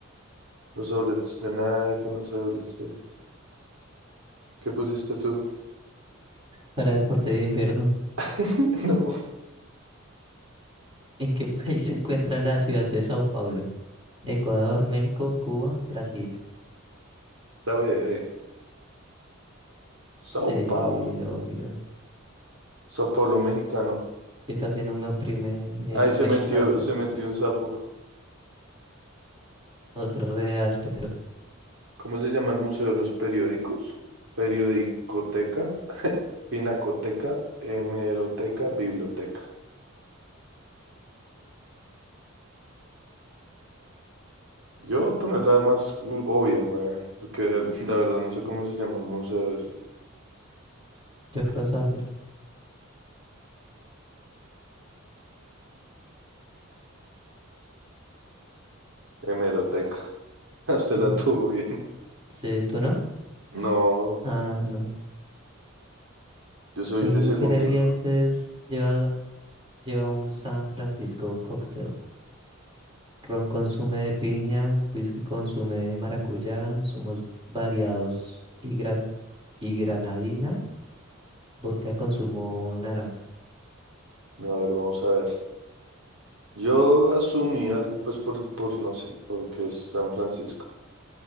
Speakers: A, on the right (about 70°); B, on the right (about 25°).
A: los outlets de Nike, en los outlets de... ¿Qué pusiste tú?
B: Para deporte de invierno,
A: <laughs> No,
B: ¿en qué <laughs> país se encuentra la ciudad de Sao Paulo? Ecuador, México, Cuba, Brasil.
A: está breve. Sao
B: Sí,
A: Pablo,
B: obvio.
A: Sao Pablo mexicano.
B: Es que casi no me oprime el,
A: Ahí se
B: el
A: metió,
B: ratón.
A: se metió un sapo.
B: Otro re áspero.
A: ¿Cómo se llama el Museo de los Periódicos? Periodicoteca, Pinacoteca, Hemeroteca, Biblioteca. Yo voy a poner la más u- obvia, weón, porque la verdad no sé cómo se llama el museo ese.
B: Yo creo saber.
A: Hemeroteca. <laughs> Usted
B: Sí.
A: la tuvo bien.
B: Sí, ¿tú no?
A: No,
B: Ah, no.
A: yo soy
B: ¿Qué ingredientes
A: de segundo.
B: lleva, lleva un San Francisco cocktail? Ron con zumo de piña, whisky con zumo de maracuyá, zumos variados y, gra- y granadina. Vodka de consumo naranja.
A: A ver, vamos a ver. Yo asumí algo, pues, por, por no sé, porque es San Francisco.